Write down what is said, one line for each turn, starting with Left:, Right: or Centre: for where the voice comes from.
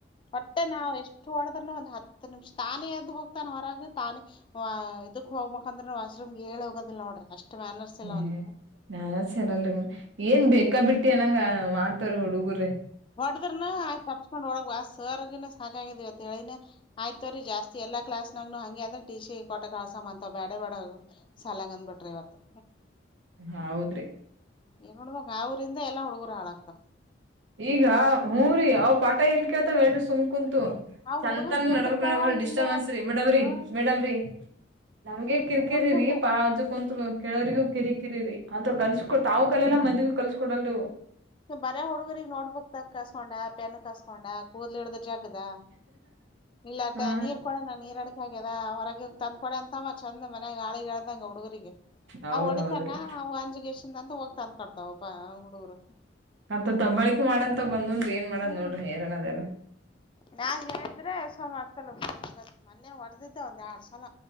Left: ಹೊಟ್ಟೆ ನಾವ್ ಎಷ್ಟು ಹೊಡದ್ರನು ಒಂದು ಹತ್ತು ನಿಮಿಷ ತಾನೇ ಎದ್ದು ಹೋಗ್ತಾನ ಹೊರಗ ತಾನೇ ಇದಕ್ ಹೋಗ್ಬೇಕಂದ್ರೆ ವಾಶ್ರೂಮ್ಗೆ ಹೇಳಿ ಹೋಗೋದಿಲ್ಲ ನೋಡ್ರಿ ಅಷ್ಟ್ ಮ್ಯಾನರ್ಸ್
Right: ಹ್ಮ್
Left: ಇಲ್ಲ ಅವನಿಗೆ
Right: ನಾನ ಸರಲ್ರಿ ಏನ್ ಬೇಕಾ ಬಿಟ್ಟಿ ಅನಂಗ ಮಾಡ್ತವ್ರಿ ಹುಡುಗರ್ರೀ
Left: ಹೊಡದ್ರನ ಆಯ್ ತಪ್ಸ್ಕೊಂಡ್ ಒಳಗ ಆ ಸರ್ಗ ಸಾಕಾಗಿದಿವವಿ ಅತ್ ಹೇಳಿನ ಆಯ್ತವ್ರರಿ ಜಾಸ್ತಿ ಎಲ್ಲ ಕ್ಲಾಸ್ನಾಗನು ಹಂಗೆ ಅದ್ರೆ ಟಿ ಸಿ ಕೊಟ್ಟ ಕಲ್ಸಮ್ ಅಂತ ಬ್ಯಾಡ ಬ್ಯಾಡ ಸಾಲ ಗಂದ್ ಬಿಟ್ರಿ ಇವತ್ತು
Right: ಹಾ ಹೌದ್ರಿ
Left: ಏನ್ ನೋಡ್ಬಬೇಕಕ್ ಅವ್ರಂದ ಎಲ್ಲ ಹುಡುಗುರು ಹಾಳಾಗ್ತಾವ.
Right: ಈಗ ಹೂ ರೀ ಅವ್ ಪಾಠ ಎಲ್ಕತವೇ ಎರಡು ಸುಮ್ ಕುಂತು
Left: ಆ
Right: ಚಂತನ್
Left: ಹುಡುಗರು ಕೇಳ್ತಿರ್ತಾವ
Right: ನಡ್ಬಕ್ ನಡಬಕ್
Left: ಹಿಂದ
Right: ಡಿಸ್ಟರ್ಬ ಅನ್ಸ್ರೀ ಮೇಡಮ್ರರಿ
Left: ಹ್ಮ
Right: ಮೇಡಮ್ರರಿ ನಮ್ಗೆ ಕಿರಿಕಿರಿ
Left: ಸುಮ್ ಸುಮ್ನೆ
Right: ರೀ ಪಾಜು ಕುಂತ್ ಕೆಳವರಿಗೂ ಕಿರಿ ಕಿರಿ ರೀ ಅಂತ ಕಲ್ಸಕೊ ತಾವು ಕಲಿಲ್ಲ ಮಂದಿಗೂ ಕಲ್ಸ್ಕೊಡಲ್ರು
Left: ಬರೇ ಹುಡುಗರಗ್ ನೋಡ್ಬಕ್ ತಾ ಕಸ್ಕೊಂಡ ಪೆನ್ ಕಸ್ಕೊಂಡ ಕೂದ್ಲಿ ಇಡ್ದ ಜಗದ ಇಲ್ಲ ಅಟ್ಟೆ
Right: ಹಾ
Left: ನೀರ್ ಕೊಡ ನ ನೀರ್ ಅಡಕೆ ಆಗ್ಯದ ಹೊರಗೆ ತಂದ್ಕ ಕೊಡ ಅಂತಮ್ಮ ಚಂದ ಮನ್ಯಾಗ ಆಳಿ ಂ <unintelligible> ಗ ಹುಡುಗರಿಗೆ
Right: ಹೌದೌದ್ರಿ
Left: ಅವು ಹೊಡಿತತಾನವು ಅಂಜ್ಗೇಶಿಂದ ಅಂತ ಹೋಗ್ತಂದ್ಕಡ್ತಾವ ಹುಡುಗರು
Right: ಮತ್ತ ತಬ್ಬಳಕೆ ಮಾಡಂತ ಬಂದ್ಂದ್ರ ಏನ್ ಮಾಡದ್
Left: ಹ್ಮ್
Right: ನೋಡ್ರಿ ಹೇಳೋದ್ ಅದೆಲ್ಲ
Left: ನಾ ಹೇಳಿದ್ರೆ ಸೊ ಮತ್ತಲ್ಲಗತ್ತು ಮೊನ್ನೆ ಹೊಡೆದಿದ್ದೆ ಒಂದ್ ಎರಡ್ ಸಲ